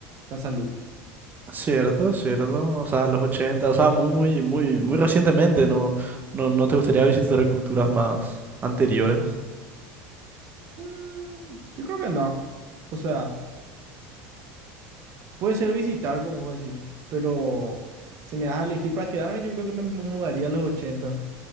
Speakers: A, on the right (about 50°); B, on the right (about 30°).
A: la salud.
B: Cierto, cierto. O sea, los 80, o sea, mu- muy, muy, muy recientemente, ¿no? No, no te gustaría visitar culturas más anteriores.
A: Mm, yo creo que no. O sea, puede ser visitar, como vos decís, pero si me das a elegir para quedarme, yo creo que me mu- mudaría a los 80